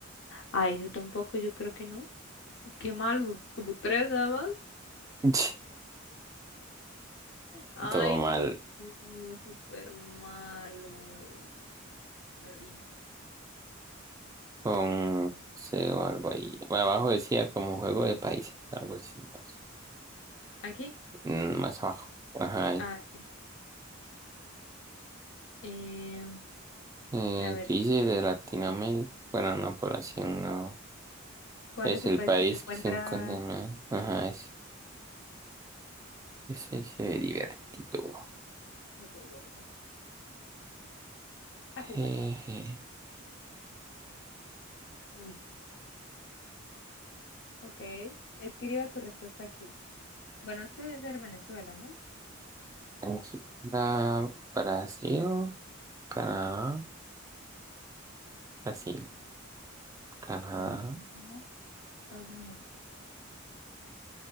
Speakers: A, on the left; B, on the right.
A: Ay, yo tampoco, yo creo que no. Qué mal, bu- como tres nada
B: <laughs>
A: Ay,
B: Todo mal.
A: no, no, súper malo. Me rindo.
B: Con, no sé, o algo ahí. Abajo decía como juego de países, algo así. no sé.
A: ¿Aquí?
B: Mm, más abajo. Ajá. ahí.
A: Ah, sí. Eh,
B: Eh,
A: a ver,
B: ¿qué dice de Latinoamérica? Bueno, una población no.
A: ¿cuál
B: Es
A: es el
B: el
A: país
B: país
A: que se encuentra?
B: que se encuentra en la- Ajá, es, es, es, eh, divertido.
A: Ok, vamos a ver. A jugar.
B: Eh,
A: Uy. Ok. Escriba tu respuesta aquí. Bueno, este debe ser Venezuela, ¿no?
B: Venezuela, Brasil, Canadá, Brasil, Canadá.
A: Canadá, Estados Unidos.